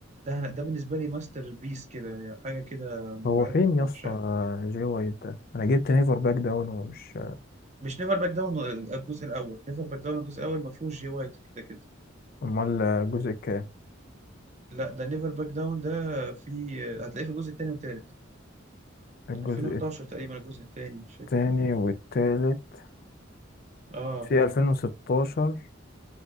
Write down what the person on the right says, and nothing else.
ده أنا ده بالنسبه لي ماستر بيس كده يعني حاجه كده مرعبه
بعشقها
مش نيفر باك داون الجزء الاول نيفر باك داون الجزء الاول ما فيهوش جي وايت كده كده
لا ده نيفر باك داون ده في هتلاقيه في الجزء التاني والتالت
2011 تقريبا الجزء التاني مش فاكر
والله.
اه